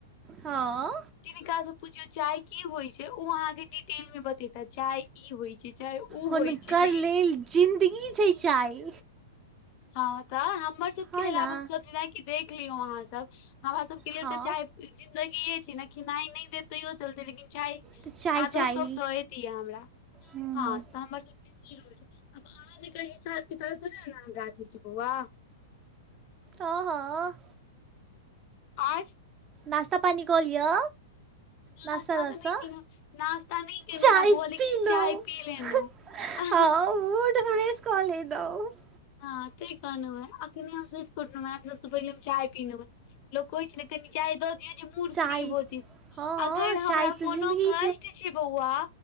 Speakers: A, on the right; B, on the left.
A: हँ
B: तिनका से पूछियो चाय की होइ छै ओ अहाँ के डिटेल में बतेता चाय ई होइ छै चाहे ओ
A: हुनकर
B: होइ छै लेकिन
A: लेल जिन्दगी छय चाय
B: हँ तऽ हमर सबके
A: हा
B: लेल आब
A: ना
B: हमसभ जेनाकि देख लियौ अहाँसभ हमरा सभके लेल
A: हा
B: तऽ चाय जिंदगीये छै ने खिनाई न देत तैयो चलते लेकिन चाय
A: ते चाय
B: आधो
A: चाय
B: कप दत द य हमरा <unintelligible>
A: हम्म.
B: हँ तऽ हमर सब के सी रूल छै आब अहाँ जे हिसाब किताब ने हम कि बौआ
A: आ हँ
B: आर <inaudible>
A: नाश्ता पानी कहलिअ
B: नास्ता
A: नाश्ता दशता
B: तऽ नहि केलहुँ नास्ता नहि केलहुँ
A: चाय
B: हेँ बौआ लेकिन
A: पीलौ
B: चाय पी लेलहुँ
A: हँ ओ तऽे कॉल ह द <inaudible>
B: हँ ठीक कहलू है अखने हम सुत क उठलो है सबसे पहिले हम चाय पीलो है लोक कोहि छय नहि कनि चाय द दियो मूड
A: चाय
B: फ्री भ
A: हँ हँ
B: अगर हमरा
A: चाय तऽ
B: कोनो
A: जिन्दगी
B: कष्ट छै बौआ